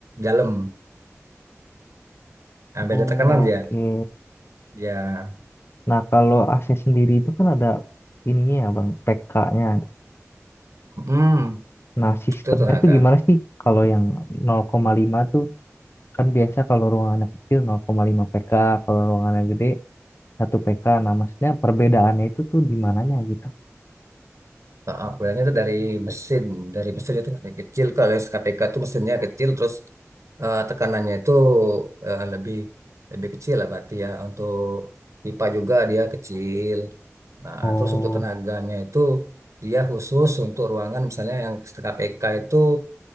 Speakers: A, on the right; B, on the left.
A: dalam. Nah,
B: Oh,
A: beda tekanan dia.
B: oke.
A: Ya,
B: Nah, kalau AC sendiri itu kan ada ininya ya, Bang, PK-nya.
A: mm,
B: Nah, sistemnya
A: itu tenaga.
B: tuh gimana sih kalau yang 0,5 tuh kan biasa kalau ruangannya kecil 0,5 PK, kalau ruangannya gede 1 PK. Nah, maksudnya perbedaannya itu tuh di mananya gitu.
A: Heeh, boilnya itu dari mesin, dari mesin itu dari kecil. Kalau yang KPK itu mesinnya kecil, terus eh, tekanannya itu eh, lebih lebih kecil lah berarti ya. Untuk pipa juga dia kecil. Nah,
B: Oh,
A: terus untuk tenaganya itu dia khusus untuk ruangan misalnya yang KPK itu